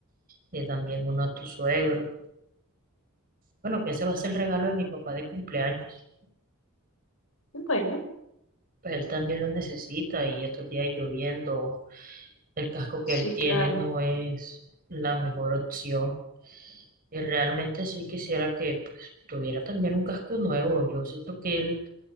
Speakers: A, on the right; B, on the left.
A: y también uno a tu suegro. Bueno, que ese va a ser el regalo de mi papá de cumpleaños.
B: Bueno,
A: Pues él también lo necesita y estos días lloviendo, el casco que
B: sí,
A: él tiene
B: claro,
A: no es la mejor opción. Y realmente sí quisiera que pues, tuviera también un casco nuevo. Yo siento que él